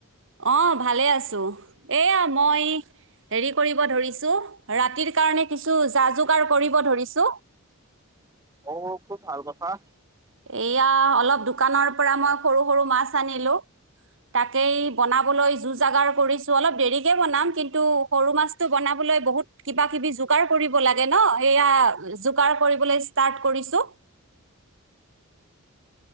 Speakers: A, on the right; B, on the right.
A: অঁ' ভালে আছো, এয়া মই- হেৰি কৰিব ধৰিছো ৰাতিৰ কাৰণে কিছু যা-যোগাৰ কৰিব ধৰিছো।
B: অ' খুব ভাল কথা।
A: এয়া অলপ দোকানৰ পৰা মই সৰু-সৰু মাছ আনিলোঁ, তাকেই- বনাবলৈ যো-জাগাৰ কৰিছো, অলপ দেৰি- দেৰিকে বনাম, কিন্তু সৰু মাছটো বনাবলৈ বহুত কিবা-কিবি যোগাৰ কৰিব লাগে ন' সেয়া- যোগাৰ কৰিবলৈ ষ্টাৰ্ট কৰিছোঁ।